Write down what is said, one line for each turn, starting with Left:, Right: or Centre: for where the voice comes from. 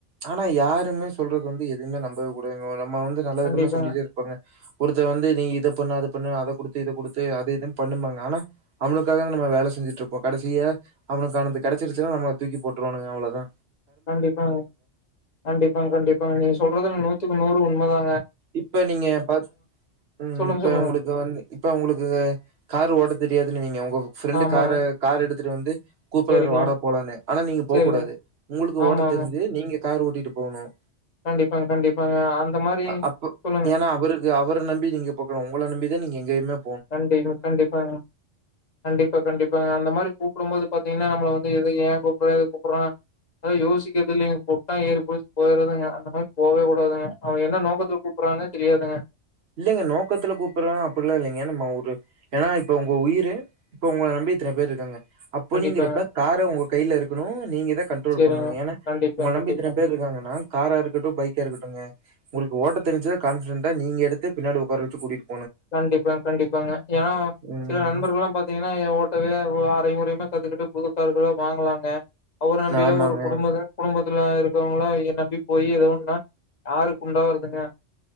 Right: ஆனா யாருமே சொல்றது வந்து எதுவுமே நம்பவே கூடாதுங்க நம்ம வந்து நல்ல
Left: கண்டிப்பாங்க
Right: விதமா சொல்லிடே இருப்போங்க ஒருத்தன் வந்து நீ இத பண்ணு அது பண்ணு அத கொடுத்து இத குடுத்து அதே இது பண்ணுன்பாங்க ஆனா அவனுக்காக தா நம்ம வேலை செஞ்சிட்டு இருப்போம் கடைசியா அவனுக்கானது கடைச்சிருச்சு நா நம்மள தூக்கி போட்டுருவானுங்க அவ்ளோதா
Left: கண்டிப்பாங்க கண்டிப்பாங்க கண்டிப்பங்க நீ சொல் றது நூற்றுக்கு நூறு உண்மை தா
Right: இப்ப நீங்க பா ம்
Left: சொல்லுங்க
Right: இப்ப
Left: சொல்லுங்க
Right: உங்களுக்கு வந்து இப்ப உங்களுக்கு காரு ஓட்ட தெரியாதுனு வைங்க உங்க ஃப்ரெண்டு
Left: ஆமாங்க
Right: காரு கார் எடுத் துட்டு வந்து கூப்டாரு
Left: சரிங்க
Right: வாட போலானு ஆனா நீங்க போ
Left: சரிங்க
Right: கூடாது உங்களுக்கு
Left: ஆமா
Right: ஓட்ட
Left: ஆமா
Right: தெரிஞ்சு நீங்க கார் ஓட்டிட்டு போனும்
Left: கண்டிப்பாங்க கண்டிப்பாங்க அந்த மாரி
Right: அப்ப
Left: சொல்லுங்க
Right: ஏன்னா அவருக்கு அவர நம்பி நீங்க போக்கூடாது உங்கள நம்பி தா நீங்க எங்க இல்லம்
Left: கண்டி கண்டிப்பாங்க கண்டிப்பா கண்டிப்பாங்க அந்த மாரி கூப் கூடும்போது பாத்தீங்கன்னா நம்மள வந்து எது ஏன் கூப்பிடுறா எதுக்கு கூப்பிடுறா அது யோசிக்கிறது இல்லிங்க கூப்டா ஏறி புடிச்சி போய்டுறதுங்க அந்த மாரி போகவே கூடாதுங்க அவன் என்ன நோக்கத்துல கூப்படுறான்னு தெரியாதுங்க
Right: இல்லிங்க நோக்கத்துல கூப்பிடுறா அப்டில்லா இல்லிங்க நம்ம ஒரு ஏன்னா இப்ப உங்க உயிரு இப்ப உங்கள நம்பி இத்தன பேரு இருக்காங்க அப்டிங்கிறப்ப
Left: கண்டிப்பாங்க.
Right: காரு உங்க கையில இருக்கணும் நீங்க தா கண்ட்ரோல்
Left: சரிங்க.
Right: பண்ணுங்க ஏன்னா
Left: கண்டிப்பா,
Right: உங்க நம்பி
Left: கண்டிப்பாங்க.
Right: இத்தன பேரு இருக்காங்கன்னா காரா இருக்கட்டும் பைக்கா இருக்கட்டும்ங்க உங்களுக்கு ஓட்ட தெரிஞ்ச கான்பிடெண்டா நீங்க எடு த்து பின்னாடி உக்கார வச்சு கூட்டிட்டு
Left: கண்டிப்பா கண்டிப்பாங்க ஏனா அ
Right: ம்.
Left: சில நண்பர்களுலா பாத்தீங்கன்னா ஓட்டவே ஆ <unintelligible> முறைனா கத்துக்கிட்டு புது கார்ல வாங்கலாங்க அவர நம்பில
Right: ஆமாங்க,
Left: ஒரு குடும்ப குடும்ப த்துல இருக்கவங்களா இத நம்பி போயி எதாஒன்னா யாருக்குண்டோ வருதுங்க